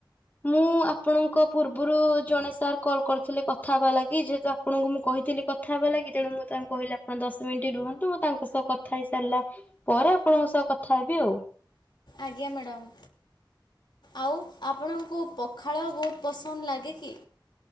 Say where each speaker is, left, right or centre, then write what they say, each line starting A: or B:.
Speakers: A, on the left (about 20°); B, on the left (about 65°).
A: ମୁଁ ଆପଣଙ୍କ ପୂର୍ବରୁ ଜଣେ ସାର୍ କଲ କରିଥିଲେ କଥା ହେବା ଲାଗି ଯେହେତୁ ଆପଣଙ୍କୁ ମୁଁ କହିଥିଲି କଥା ହେବା ଲାଗି ତେଣୁ ମୁଁ ତାଙ୍କୁ କହିଲି ଆପଣ ଦଶ ମିନିଟ ରୁହନ୍ତୁ ମୁଁ ତାଙ୍କ ସହ କଥା ହେଇ ସାରିଲା ପରେ ଆପଣଙ୍କ ସହ କଥା ହେବି ଆଉ।
B: ଆଜ୍ଞା ମାଡ଼ାମ୍ ଆଉ ଆପଣଙ୍କୁ ପଖାଳ ବହୁତ ପସନ୍ଦ ଲାଗେ କି?